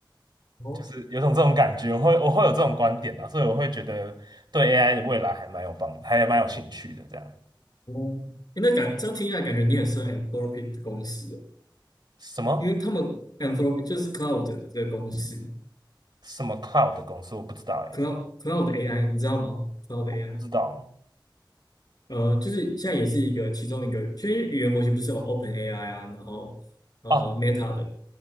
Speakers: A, on the left (about 55°); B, on the right (about 65°).
A: 哦
B: 就是有种这种感觉，我会我会有这种观点啊，所以我会觉得对 AI 的未来还蛮有帮，还蛮有兴趣的。这样
A: 哦，诶那感这样听起来，感觉你也是 Anthropic 的公司诶，
B: 什么
A: 因为他们 Anthropic 就是 Cloud 的公司
B: 什么 cloud 的公司我不知道哎、
A: ，Cloud Cloud AI，你知道吗？Cloud AI。
B: 不知道
A: 呃，就是现在也是一个其中一个，其实语言模型不是有 OpenAI 啊，然后呃
B: 哦
A: Meta 的，